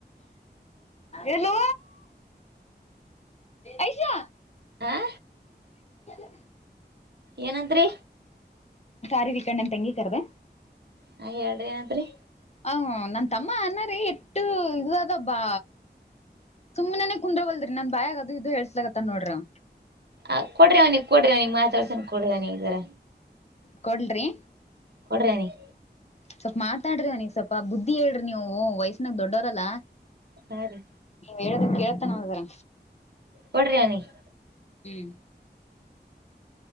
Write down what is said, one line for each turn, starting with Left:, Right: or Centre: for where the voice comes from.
Left: ಏನೋ ಐಶಾ.
Right: ಆ.
Left: <inaudible>
Right: ಏನಂದರಿ.
Left: ಕಾರಿ ವಿಕಣ್ಣನ್ ತಂಗಿ ಕರದೇ.
Right: ಹ ಹೇಳ್ರಿ ಏನಾಯ್ತ ರಿ.
Left: ಹ ನನ್ ತಮ್ಮ ಅಣ್ಣರಿ ಇಟ್ಟ ಇದ ಅದ ಬ್ಬಾ ಸುಮ್ಮ್ನೆನನೆ ಕುಂದ್ರ ಬಲ್ದ್ರಿ ನನ್ ಬಾಯಾಗ ಅದು ಇದು ಹೇಳೇಸಸ್ಲತ್ತ ನೋಡ್ರಿ ಅವ.
Right: ಹ ಕೊಡ್ರಿ ಅವನಗ್ ಕೊಡ್ರಿವ್ನಿಗ್ ಮಾತಾಡ್ಸಾನ ಕೊಡು ಅವನಿಗೆ ಜರ.
Left: ಕೋಡ್ಲಿ ರಿ.
Right: ಕೊಡ್ರಿ ಅವನಿಗೆ.
Left: ಸ್ವಲ್ಪ ಮಾತಾಡ್ರಿ ನನಿಗ್ ಸ್ವಲ್ಪ ಬುದ್ಧಿ ಹೇಳ್ರಿ ನೀವು ವಯಸ್ಸ ನಾಗ ದೊಡ್ಡವರಲ್ಲ
Right: ಹಾ ರೀ
Left: ನೀವ ಹೇಳದ ಕೇಳ್ತಾನಾವ ಜರಾ.
Right: ಕೊಡ್ರ ಅವ್ನಿಗ್.
Left: ಹ್ಮ್.